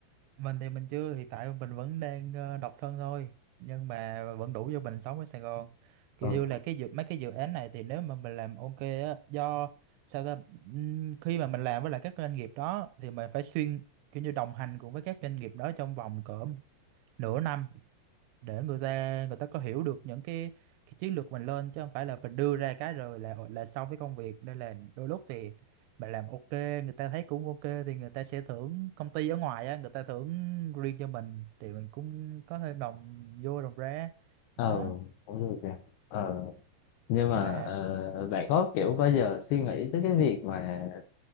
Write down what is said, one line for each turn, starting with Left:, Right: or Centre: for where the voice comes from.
Right: mình thì mình chưa hiện tại mình vẫn đang ờ, độc thân thôi nhưng mà vẫn đủ cho mình sống ở Sài Gòn kiểu
Left: Ừ.
Right: như là cái dự mấy cái dự án này thì nếu mà mình làm ok á do sao ta ừm, khi mà mình làm với lại các doanh nghiệp đó thì mình phải xuyên kiểu như đồng hành cùng với các doanh nghiệp đó trong vòng cỡ nửa năm để người ta người ta có hiểu được những cái, cái chiến lược mình lên chứ không phải là mình đưa ra cái rồi là là xong cái công việc nên là đôi lúc thì mình làm ok người ta thấy cũng ok thì người ta sẽ thưởng công ty ở ngoài á người ta thưởng riêng cho mình thì mình cũng có thêm đồng vô đồng ra
Left: ờ
Right: đó
Left: cũng được kìa ờ nhưng
Right: mà
Left: mà ờ, bạn có kiểu bao giờ suy nghĩ tới cái việc mà